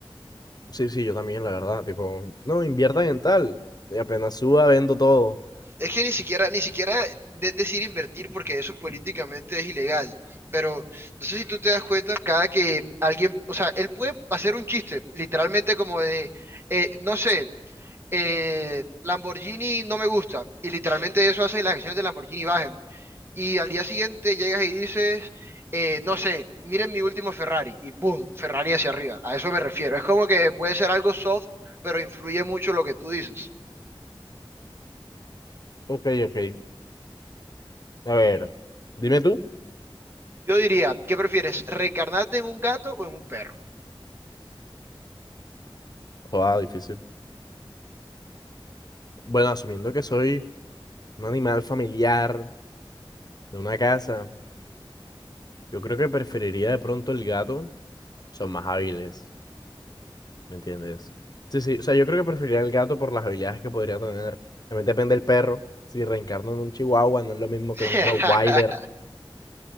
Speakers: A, on the left; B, on the right.
A: Sí, sí, yo también, la verdad. Tipo, no, inviertan en tal. Y apenas suba, vendo todo.
B: Es que ni siquiera, ni siquiera de- decir invertir porque eso políticamente es ilegal. Pero no sé si tú te das cuenta, cada que alguien, o sea, él puede hacer un chiste, literalmente como de, eh, no sé, eh, Lamborghini no me gusta. Y literalmente eso hace que las acciones de Lamborghini bajen. Y al día siguiente llegas y dices, eh, no sé, miren mi último Ferrari. Y boom, Ferrari hacia arriba. A eso me refiero. Es como que puede ser algo soft, pero influye mucho lo que tú dices.
A: Ok, ok. A ver, dime tú.
B: Yo diría, ¿qué prefieres? ¿Reencarnarte en un gato o en un perro?
A: Joder, difícil. Bueno, asumiendo que soy un animal familiar de una casa, yo creo que preferiría de pronto el gato. Son más hábiles, ¿me entiendes? Sí, sí, o sea, yo creo que preferiría el gato por las habilidades que podría tener. También depende del perro. Si reencarno en un chihuahua, no es lo mismo
B: <laughs>
A: que en un Rottweiler.